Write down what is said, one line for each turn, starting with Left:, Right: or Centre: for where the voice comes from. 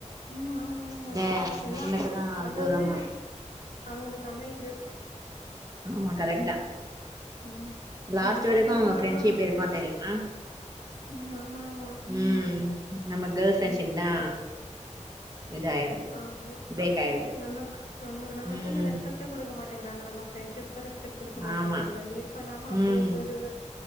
Left: ம் ஆமா ஆமா
Right: இந்த
Left: எல்லா
Right: நம்மளுக்குதா
Left: எல்லாமே
Right: தூரமா
Left: அவுங்களுக்கு அமையுது
Right: ஆமா கரெக்ட்டா
Left: ம்
Right: லாஸ்ட்
Left: இந்த மேரேஜ்லா
Right: வரைக்கு அவுங்க ஃப்ரெண்ட்ஷிப்
Left: ஆனா
Right: இருக்கு தெரியுமா
Left: ம் ஆமா ஆமா
Right: ம் நம்ம கேர்ள்ஸ் ஃப்ரெண்ட்ஷிப்
Left: ம்
Right: தா இதாயிடுது
Left: ஆமா
Right: பிரேக் ஆயிடுது
Left: நமக்கு ஆமா நமக்குன்னு
Right: ம்
Left: ரெஸ்பெக்ட் டே குடுக்க மாட்டேங்கிறாங்க நம்ம ஃப்ரெண்ட்ஷிக்கு ரெஸ்பெக்ட் குடுக்க மாட்டேங்கிறாங்க
Right: ஆமா
Left: மீட் பண்ணாம அப்டியே
Right: ம்
Left: போய்டுது